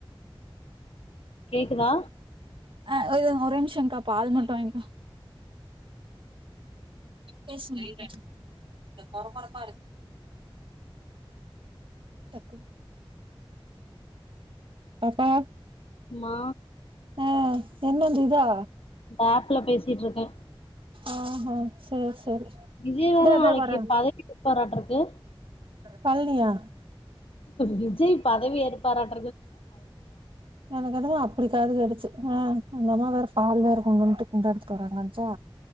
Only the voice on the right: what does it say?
அ ஒரே ஒரேநிம்ஷம்கா பால் மட்டும் வாங்கி பேசுங்க <unintelligible> கொஞ்சொ கொரகொரப்பாருக்கு டக்கு பாப்பா
ஆ என்னந்த இதா
ஆஹா சேர்சேரி
இந்தா
த வரே
பல்னியா
எனக்கு அதுவு அப்படி காதுகேட்டுச்சு அ அந்த அம்மா வேற பால் வேற கொண்டுவந்துட்டு குண்டா எடுத்துட்டு வாராங்கச்சா